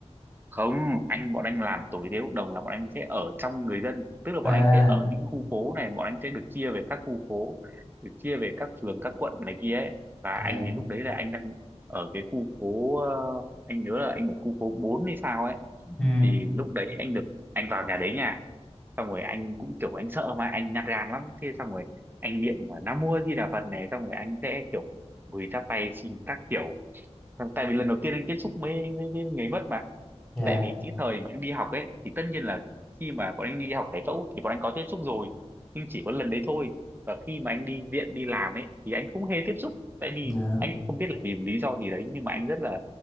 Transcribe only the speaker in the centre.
à
dạ
ừ
dạ
dạ